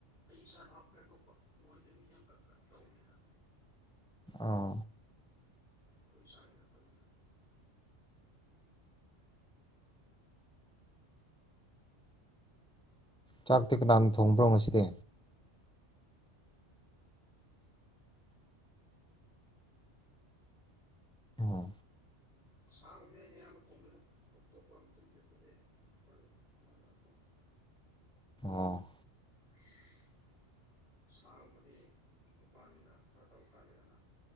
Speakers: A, on the left (about 55°); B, in the centre.
A: ꯑꯩ ꯏꯁꯥꯅ ꯍꯥꯞꯈ꯭ꯔꯦ ꯑꯇꯣꯞꯄ ꯃꯣꯏꯗ ꯃꯤ ꯌꯥꯝꯈꯛ ꯀꯩꯅꯣ ꯇꯧꯕꯅꯤꯅ
B: ꯑꯣ
A: ꯀꯣꯏ ꯁꯉꯅꯣꯏ
B: ꯆꯥꯛꯇꯦ ꯀꯅꯥꯅ ꯊꯣꯡꯕ꯭ꯔꯣ ꯉꯁꯤꯗꯤ ꯑꯣ
A: ꯁꯥꯒꯨꯝꯅꯦ ꯑꯩꯅ ꯑꯌꯥꯝꯕ ꯊꯣꯡꯉꯦꯗ ꯑꯣꯞꯇꯣꯞꯄ ꯑꯃꯆ ꯆꯠꯄꯗꯉ <inaudible>
B: ꯑꯣ
A: <inaudible> ꯁꯥꯒꯨꯝꯕꯗꯤ ꯅꯨꯄꯥꯅꯤꯅ ꯈꯔ ꯇꯧ ꯀꯥꯜꯂꯤꯗꯅ